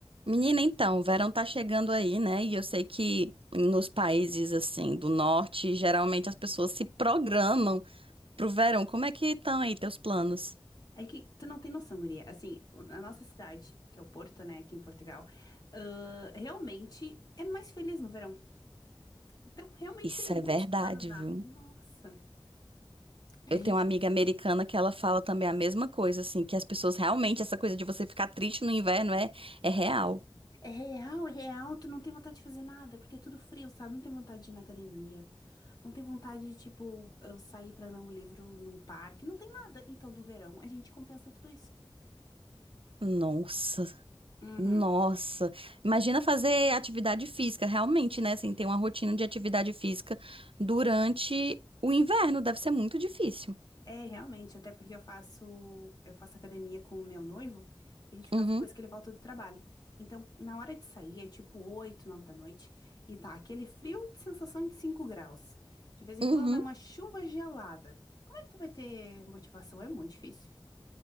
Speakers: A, on the right; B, on the left.
A: Menina, então, o verão tá chegando aí, né? E eu sei que nos países assim do norte, geralmente as pessoas se programam pro verão. Como é que estão aí teus planos?
B: É que tu não tem noção, guria. Assim, o- a nossa cidade, que é o Porto, né, aqui em Portugal, ãh, realmente é mais feliz no verão. Então, realmente
A: Isso
B: tem muitos
A: é verdade,
B: planos já.
A: viu?
B: Nossa, a
A: Eu
B: gente.
A: tenho uma amiga americana que ela fala também a mesma coisa, assim, que as pessoas realmente, essa coisa de você ficar triste no inverno é, é real.
B: É real, é real. Tu não tem vontade de fazer nada, porque é tudo frio, sabe? Não tem vontade de ir na academia. Não tem vontade de, tipo, eu sair pra ler um livro num parque. Não tem nada. Então, no verão, a gente compensa tudo isso.
A: Nossa,
B: Uhum.
A: nossa. Imagina fazer atividade física, realmente, né? Assim, ter uma rotina de atividade física durante o inverno, deve ser muito difícil.
B: É, realmente, até porque eu faço, eu faço academia com o meu noivo e a gente faz
A: Uhum.
B: depois que ele volta do trabalho. Então, na hora de sair, é tipo 8 9 da noite e tá aquele frio de sensação de 5 graus. De vez em
A: Uhum.
B: quando é uma chuva gelada. Como é que tu vai ter motivação? É muito difícil,